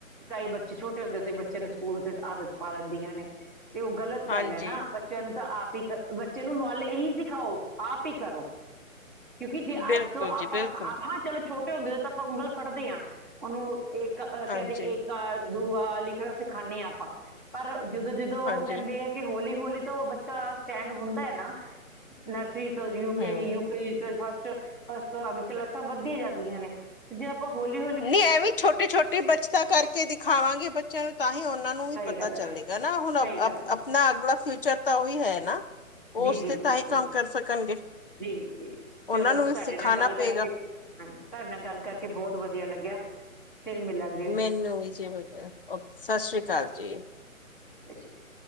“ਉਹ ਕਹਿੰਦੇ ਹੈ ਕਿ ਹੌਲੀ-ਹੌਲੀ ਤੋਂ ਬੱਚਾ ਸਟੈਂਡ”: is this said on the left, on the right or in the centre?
Centre